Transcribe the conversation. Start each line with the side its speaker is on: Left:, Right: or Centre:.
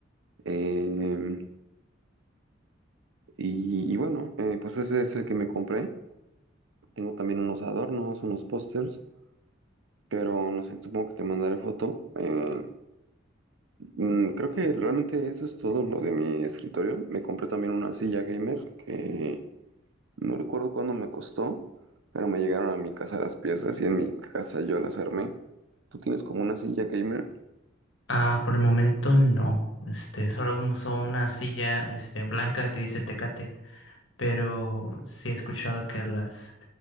Right: Eh, Y, y bueno, eh, pues ese es el que me compré. Tengo también unos adornos, unos pósters, pero no sé, supongo que te mandaré foto. Eh, mm, creo que realmente eso es todo lo de mi escritorio. Me compré también una silla gamer que no recuerdo cuándo me costó, pero me llegaron a mi casa las piezas y en mi casa yo las armé. ¿Tú tienes como una silla gamer?
Left: Ah, por el momento no. Este, solo uso una silla, este, blanca que dice Tecate, pero sí he escuchado que las